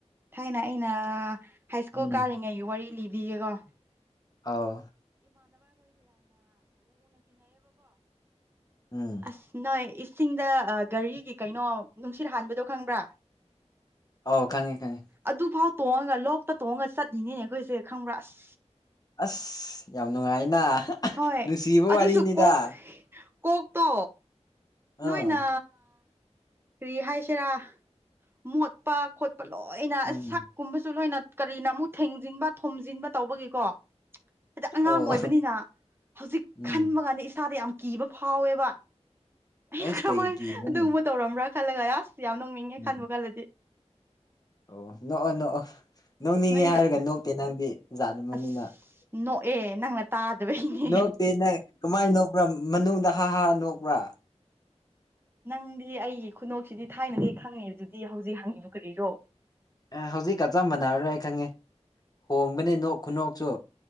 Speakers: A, on the right; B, on the left.
A: ꯊꯥꯏꯅ ꯑꯩꯅ ꯍꯥꯏ ꯁ꯭ꯀꯨꯜ
B: ꯎꯝ
A: ꯀꯥꯔꯤꯉꯩꯒꯤ ꯋꯥꯔꯤ ꯂꯤꯗꯤꯒꯦꯀꯣ <inaudible>
B: ꯑꯧ ꯎꯝ
A: ꯑꯁ ꯅꯣꯏ ꯆꯤꯡꯗ ꯒꯥꯔꯤꯒꯤ ꯀꯩꯅꯣ ꯅꯨꯡꯁꯤꯠ ꯍꯥꯟꯕꯗꯣ ꯈꯪꯕ꯭ꯔꯥ
B: ꯑꯥꯎ ꯈꯪꯉꯦ ꯈꯪꯉꯤ
A: ꯑꯗꯨꯐꯥꯎ ꯇꯣꯡꯉꯒ ꯂꯣꯛꯇ ꯇꯣꯡꯉꯒ ꯆꯠꯂꯤꯅꯤꯅꯦ ꯑꯩꯈꯣꯏꯁꯦ ꯈꯪꯕ꯭ꯔꯥ ꯑꯁ
B: ꯑꯁ ꯌꯥꯝ ꯅꯨꯡꯉꯥꯏꯅ
A: ꯍꯣꯏ ꯑꯗꯨ
B: ꯅꯨꯡꯁꯤꯕ
A: ꯑꯗꯨꯁꯨꯀꯣ
B: ꯋꯥꯔꯤꯅꯤꯗ
A: ꯀꯣꯛꯇꯣ
B: ꯑꯥ
A: ꯅꯣꯏꯅ ꯀꯔꯤ ꯍꯥꯏꯁꯤꯔꯥ ꯃꯣꯠꯄ ꯈꯣꯠꯄ ꯂꯣꯏꯅ
B: ꯎꯝ
A: ꯁꯛꯀꯨꯝꯕꯁꯨ ꯂꯣꯏꯅ ꯀꯔꯤꯅ ꯑꯃꯨꯛ ꯊꯦꯡꯖꯤꯟꯕ ꯊꯣꯝꯖꯤꯟꯕ ꯇꯧꯕꯒꯤꯀꯣ ꯑꯗꯤ ꯑꯉꯥꯡ
B: ꯑꯧ
A: ꯑꯣꯏꯕꯅꯤꯅ ꯍꯧꯖꯤꯛ
B: ꯎꯝ
A: ꯈꯟꯕ ꯀꯥꯟꯗ ꯏꯁꯥꯗ ꯌꯥꯝ ꯀꯤꯕ ꯐꯥꯎꯋꯦꯕ ꯑꯩ
B: ꯑꯩꯁ
A: ꯀꯔꯝꯍꯥꯏ
B: ꯀꯩꯒꯤ ꯀꯤꯕ꯭ꯔꯅꯦ
A: ꯑꯗꯨꯒꯨꯝꯕ ꯇꯧꯔꯝꯕ꯭ꯔꯥ ꯈꯜꯂꯒ ꯑꯁ ꯌꯥꯝ ꯅꯣꯡꯅꯤꯡꯉꯦ
B: ꯎꯝ
A: ꯈꯟꯕ ꯈꯜꯂꯗꯤ
B: ꯑꯣ ꯅꯣꯛꯑꯣ ꯅꯣꯛꯑꯣ ꯅꯣꯛꯅꯤꯡꯉꯦ
A: ꯅꯣꯏꯗꯣ
B: ꯍꯥꯏꯔꯒ ꯅꯣꯛꯇꯦ ꯅꯪꯗꯤ ꯌꯥꯠꯗꯨꯕꯅꯤꯅ
A: ꯑꯁ ꯅꯣꯛꯑꯦ ꯅꯪꯅ ꯇꯥꯗꯕꯩꯅꯦ
B: ꯅꯣꯛꯇꯦ ꯅꯪ ꯀꯃꯥꯏꯅ ꯅꯣꯛꯄ꯭ꯔꯥ ꯃꯅꯨꯡꯗ ꯍꯥ ꯍꯥ ꯅꯣꯛꯄ꯭ꯔꯥ
A: ꯅꯪꯗꯤ ꯑꯩꯒꯤ ꯈꯨꯅꯣꯛꯁꯤꯗꯤ ꯊꯥꯏꯅꯗꯤ ꯈꯪꯉꯦꯕ ꯑꯗꯨꯗꯤ ꯍꯧꯖꯤꯛ ꯍꯪꯉꯤꯕ ꯀꯔꯤꯔꯣ
B: ꯑꯦ ꯍꯧꯖꯤꯛꯀꯞ ꯆꯞ ꯃꯥꯟꯅꯔꯔꯣꯏ ꯍꯥꯏ ꯈꯪꯉꯦ ꯍꯣꯡꯕꯅꯤ ꯅꯣꯛ ꯈꯨꯅꯣꯛꯁꯨ